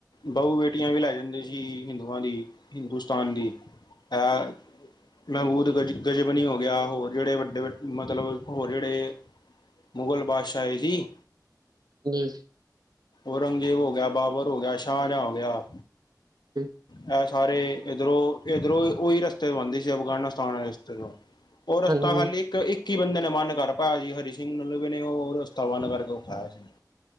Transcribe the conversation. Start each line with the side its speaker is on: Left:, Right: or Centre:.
Left: ਬਹੂ-ਬੇਟੀਆਂ ਵੀ ਲੈ ਜਾਂਦੇ ਸੀ। ਹਿੰਦੂਆਂ ਦੀ ਹਿੰਦੂਸਤਾਨ ਦੀ। ਹਾਂ। ਮਹਿਬੂਦ ਗ ਗਜ਼ਬਨੀ ਹੋ ਗਿਆ, ਹੋਰ ਜਿਹੜੇ ਵੱਡੇ ਮਤਲਬ ਹੋਰ ਜਿਹੜੇ ਮੁਗਲ ਬਾਦਸ਼ਾਹ ਆਏ ਸੀ।
Right: <unintelligible>
Left: ਔਰੰਗਜ਼ੇਬ ਹੋ ਗਿਆ, ਬਾਬਰ ਹੋ ਗਿਆ, ਸ਼ਾਹਜਾਂਹ ਹੋ ਗਿਆ।
Right: ਹੂੰ।
Left: ਐ ਸਾਰੇ ਇੱਧਰੋਂ-ਇੱਧਰੋਂ ਉਹੀ ਰਸਤੇ ਤੋਂ ਬਣਦੀ ਸੀ। ਅਫਗਾਨਿਸਤਾਨ ਵਾਲੇ ਰਸਤੇ ਤੋਂ ਉਹ ਰਸਤਾ
Right: ਹਾਂਜੀ
Left: ਖਾਲੀ ਇੱਕ-ਇੱਕ ਹੀ ਬੰਦੇ ਨੇ ਬੰਦ ਕਰ ਪਾਇਆ ਸੀ। ਹਰੀ ਸਿੰਘ ਨਲੂਏ ਨੇ ਓ ਤਵਾਨ ਕਰਕੇ ਉਠਾਇਆ ਸੀ